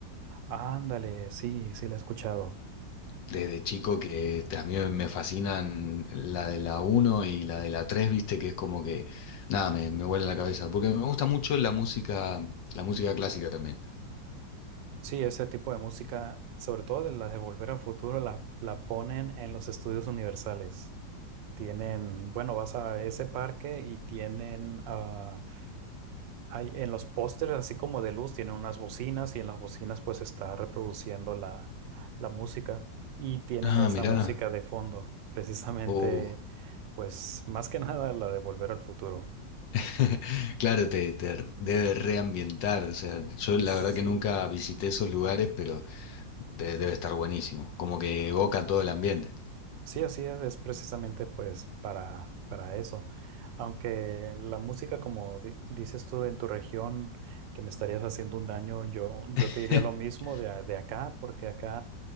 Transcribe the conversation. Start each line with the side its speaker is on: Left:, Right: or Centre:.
Right: Ándale, sí, sí, la he escuchado.
Left: desde chico que este, a mí me fascinan la de la uno y la de la 3 viste, que es como que, nada, me, me vuela la cabeza, porque me gusta mucho la música, la música clásica también.
Right: Sí, ese tipo de música, sobre todo de las de Volver al Futuro, la, la ponen en los estudios universales. Tienen, bueno, vas a ese parque y tienen ah Hay, en los pósters, así como de luz, tienen unas bocinas y en las bocinas pues está reproduciendo la, la música y tienen
Left: Ah,
Right: esa
Left: mirá,
Right: música de fondo, precisamente
Left: oh.
Right: pues más que <laughs> nada la de Volver al Futuro.
Left: <laughs> Claro, te, te r- debe reambientar, o sea, yo la
Right: Sí.
Left: verdad que nunca visité esos lugares, pero de- debe estar buenísimo, como que evoca todo el ambiente.
Right: Sí, así es, es precisamente pues para, para eso. Aunque la música, como di- dices tú en tu región, que me estarías haciendo un daño, yo, yo
Left: <laughs>
Right: te diría lo mismo de, a- de acá, porque acá